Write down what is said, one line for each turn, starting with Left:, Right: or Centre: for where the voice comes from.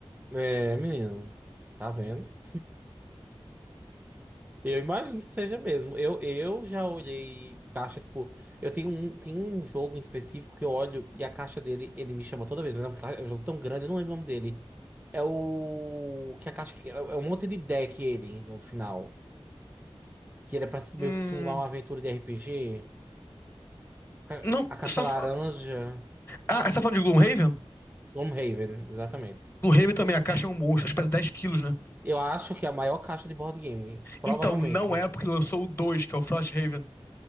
Right: é, menino, tá vendo? Eu imagino que seja mesmo. Eu, eu já olhei caixa, tipo, eu tenho um, tem um jogo em específico que eu olho e a caixa dele, ele me chama toda vez, mas é um ca- é um jogo tão grande, eu não lembro o nome dele. É o que a caixa é é um monte de deck ele no final, que ele é para meio
Left: Hum,
Right: que simular uma aventura de RPG. Ca-
Left: Não,
Right: A
Left: você
Right: caixa
Left: tá,
Right: laranja
Left: fa- ah, você tá falando de Gloomhaven?
Right: Gloomhaven, exatamente.
Left: Gloomhaven também, a caixa é um monstro, acho que pesa 10 quilos, né?
Right: Eu acho que é a maior caixa de board game, provavelmente.
Left: Então, não é porque lançou o 2 que é o Frosthaven.